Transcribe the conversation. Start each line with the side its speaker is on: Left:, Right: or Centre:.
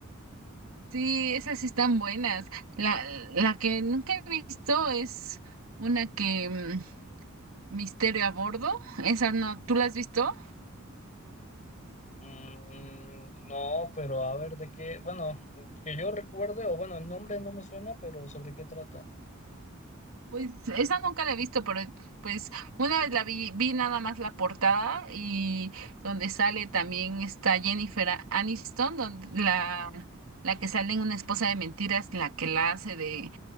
Right: Sí, esas sí están buenas. La, la que nunca he visto es una que mm, Misterio a bordo. Esa no, ¿tú la has visto?
Left: Mm, no, pero a ver, de qué, bueno, que yo recuerde, o bueno, el nombre no me suena, pero ¿sobre qué trata?
Right: Pues esa nunca la he visto, pero pues una vez la vi, vi nada más la portada y donde sale también está Jennifer Aniston, donde la, la que sale en Una esposa de mentiras, la que la hace de